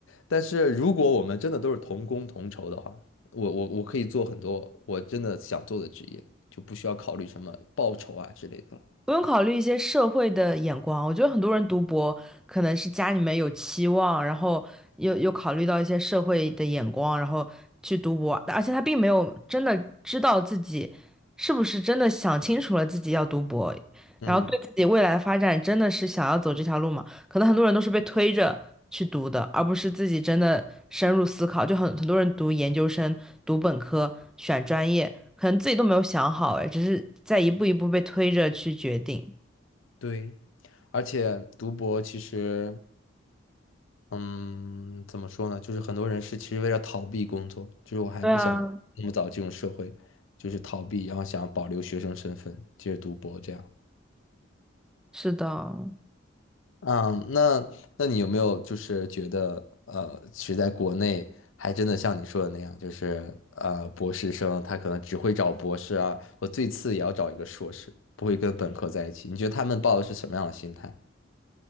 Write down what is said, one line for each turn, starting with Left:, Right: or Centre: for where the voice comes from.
Left: 但是如果我们真的都是同工同酬的话，我我我可以做很多我真的想做的职业，就不需要考虑什么报酬啊之类的了。
Centre: 不用考虑一些社会的眼光，我觉得很多人读博可能是家里面有期望，然后又又考虑到一些社会的眼光，然后去读博，而且他并没有真的知道自己是不是真的想清楚了自己要读博，
Left: 嗯，
Centre: 然后对自己未来的发展真的是想要走这条路吗？可能很多人都是被推着去读的，而不是自己真的深入思考。就很很多人读研究生、读本科、选专业，可能自己都没有想好，哎，只是在一步一步被推着去决定。
Left: 对，而且读博其实。嗯，怎么说呢？就是很多人是其实为了逃避工作，就是我还不想那么早进入社会，
Centre: 对啊，
Left: 就是逃避，然后想要保留学生身份，接着读博这样。
Centre: 是的，
Left: 嗯，那那你有没有就是觉得呃，其实在国内还真的像你说的那样，就是呃，博士生他可能只会找博士啊，我最次也要找一个硕士，不会跟本科在一起。你觉得他们抱的是什么样的心态？